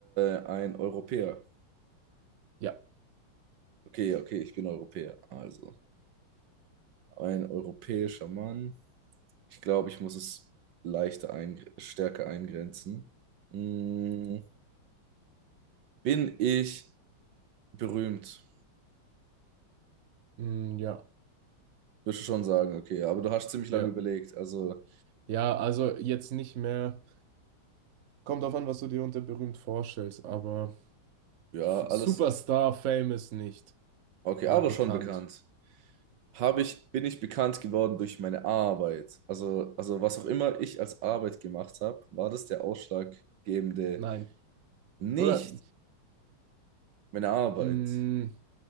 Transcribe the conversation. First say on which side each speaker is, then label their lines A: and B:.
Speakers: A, on the right; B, on the right.
A: ein Europäer?
B: Ja.
A: Okay, okay, ich bin Europäer. Also. Ein europäischer Mann. Ich glaube, ich muss es leichter ein, stärker eingrenzen. Mm, bin ich berühmt?
B: Hm, ja.
A: Würdest du schon sagen, okay, aber du hast ziemlich
B: Ja.
A: lange überlegt. Also,
B: Ja, also jetzt nicht mehr. Kommt drauf an, was du dir unter berühmt vorstellst, aber
A: ja,
B: F-
A: alles
B: Superstar, famous nicht,
A: okay,
B: aber
A: aber
B: bekannt.
A: schon bekannt. Habe ich, bin ich bekannt geworden durch meine Arbeit? Also, also was auch immer ich als Arbeit gemacht habe, war das der ausschlaggebende,
B: Nein.
A: nicht
B: Oder?
A: meine Arbeit.
B: hm,